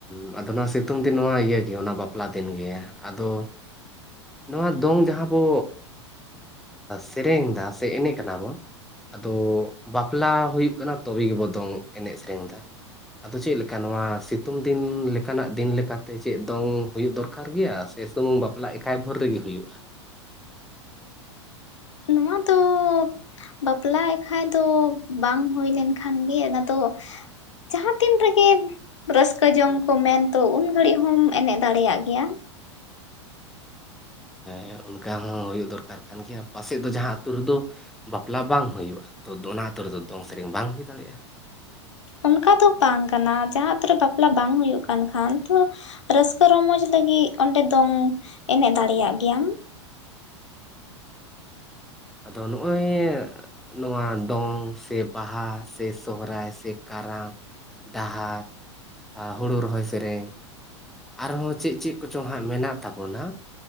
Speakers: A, in the centre; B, on the left.
A: ᱦᱚ ᱟᱫᱚ ᱱᱚᱣᱟ ᱥᱤᱛᱩᱝ ᱫᱤᱱ ᱱᱚᱣᱟ ᱤᱭᱟᱹᱟᱹᱜᱮ ᱚᱱᱟ ᱵᱟᱯᱞᱟ ᱫᱤᱱ ᱜᱮ ᱟᱫᱚ ᱱᱚᱣᱟ ᱫᱚᱝ ᱡᱟᱦᱟᱸ ᱵᱚ ᱥᱮᱨᱮᱧ ᱫᱟ ᱥᱮ ᱮᱱᱮᱡ ᱠᱟᱱᱟ ᱵᱚᱱ ᱟᱫᱚ ᱵᱟᱯᱞᱟ ᱦᱩᱭᱩᱜ ᱠᱟᱱᱟ ᱛᱚᱵᱮ ᱜᱮᱵᱚ ᱫᱚᱝ ᱮᱱᱮᱡ ᱥᱮᱨᱮᱧ ᱮᱫᱟ ᱟᱫᱚ ᱪᱮᱫᱞᱮᱠᱟ ᱱᱚᱣᱟ ᱥᱤᱛᱩᱝ ᱫᱤᱱ ᱞᱮᱠᱟᱱᱟᱜ ᱫᱤᱱ ᱞᱮᱠᱟᱛᱮ ᱪᱮᱫ ᱫᱚᱝ ᱦᱩᱭᱩᱜ ᱫᱚᱨᱠᱟᱨ ᱫᱚᱨᱠᱟᱨ ᱜᱮᱭᱟ ᱥᱮ ᱥᱩᱢᱩᱝ ᱵᱟᱯᱞᱟ ᱮᱠᱟᱭ ᱵᱷᱳᱨ ᱨᱮᱜᱮ ᱦᱩᱭᱩᱜᱼᱟ
B: ᱱᱚᱣᱟ ᱫᱚ ᱵᱟᱯᱞᱟ ᱮᱱᱠᱷᱟ ᱫᱚ ᱵᱟᱝ ᱦᱩᱭ ᱞᱮᱱᱠᱷᱟᱱ ᱜᱮ ᱚᱱᱟᱫᱚ ᱡᱟᱦᱟᱸ ᱛᱤᱱ ᱨᱮᱜᱮ ᱨᱟᱹᱥᱠᱟᱹ ᱡᱚᱝ ᱠᱚ ᱢᱮᱱᱛᱚ ᱩᱱ ᱜᱷᱟᱹᱲᱤᱡ ᱦᱚᱢ ᱮᱱᱮᱡ ᱫᱟᱲᱮᱭᱟᱜ ᱜᱮᱭᱟ
A: ᱦᱮᱸ ᱚᱱᱠᱟ ᱦᱚᱸ ᱦᱩᱭᱩᱜ ᱫᱚᱨᱠᱟᱨ ᱠᱟᱱ ᱜᱮᱭᱟ ᱯᱟᱥᱮᱡ ᱫᱚ ᱡᱟᱦᱟᱸ ᱟᱹᱛᱩ ᱨᱮᱫᱚ ᱵᱟᱯᱞᱟ ᱵᱟᱝ ᱦᱩᱭᱩᱜᱼᱟ ᱛᱚ ᱚᱱᱟ ᱟᱹᱛᱩ ᱨᱮᱫᱚ ᱫᱚᱝ ᱥᱮᱨᱮᱧ ᱵᱟᱝ ᱦᱩᱭ ᱫᱟᱲᱮᱭᱟᱜᱼᱟ
B: ᱚᱱᱠᱟ ᱫᱚ ᱵᱟᱝ ᱠᱟᱱᱟ ᱡᱟᱦᱟᱸ ᱟᱛᱩᱨᱮ ᱵᱟᱯᱞᱟ ᱵᱟᱝ ᱦᱩᱭᱩᱜ ᱠᱟᱱ ᱠᱷᱟᱱ ᱛᱚ ᱨᱟᱹᱥᱠᱟᱹ ᱨᱚᱢᱚᱡ ᱞᱟᱹᱜᱤᱫ ᱚᱸᱰᱮ ᱫᱚᱝ ᱮᱱᱮᱡ ᱫᱟᱲᱮᱭᱟᱜ ᱜᱮᱭᱟᱢ
A: ᱟᱫᱚ ᱱᱚᱜᱼᱚᱭ ᱱᱚᱣᱟ ᱫᱚᱝ ᱥᱮ ᱵᱟᱦᱟ ᱥᱮ ᱥᱚᱦᱨᱟᱭ ᱥᱮ ᱠᱟᱨᱟᱢ ᱰᱟᱦᱟᱨ ᱟᱨ ᱦᱩᱲᱩ ᱨᱚᱦᱚᱭ ᱥᱮᱨᱮᱧ ᱟᱨᱦᱚᱸ ᱪᱮᱫ ᱪᱮᱫ ᱠᱚᱪᱚᱝ ᱦᱟᱸᱜ ᱢᱮᱱᱟᱜ ᱛᱟᱵᱚᱱᱟ